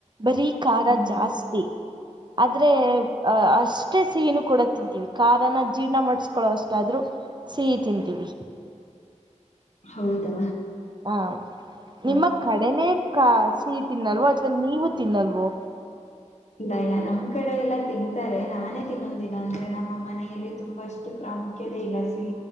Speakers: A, on the right (about 35°); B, on the left (about 65°).
A: ಬರೀ ಖಾರ
B: ಹ್ಮ್
A: ಜಾಸ್ತಿ ಆದ್ರೆ ಅಹ ಅಷ್ಟೇ ಸಿಹಿನೂ ಕೂಡ ತಿಂತೀವಿ ಖಾರನ ಜೀರ್ಣ ಮಾಡಸ್ಕೊಳ್ಳೋ ಅಷ್ಟಾದ್ರೂ ಸಿಹಿ ತಿಂತೀವಿ
B: ಹೌದಾ
A: ಹ
B: ಆ
A: ನಿಮ್ಮ ಕಡೆನೇ ಕ ಸಿಹಿ ತಿನ್ನಲ್ವ ಅಥವಾ ನೀವು ತಿನ್ನಲ್ವ
B: ಇಲ್ಲ ಇಲ್ಲ ನಮ್ ಕಡೆ ಎಲ್ಲಾ ತಿಂತಾರೆ ನಾನೇ ತಿನ್ನೋದಿಲ್ಲ ಅಂದ್ರೆ ನಮ್ಮಮ್ಮ ಮನೆಯಲ್ಲಿ ತುಂಬಾ ಅಷ್ಟು ಪ್ರಾಮುಖ್ಯತೆ ಇಲ್ಲ ಸಿ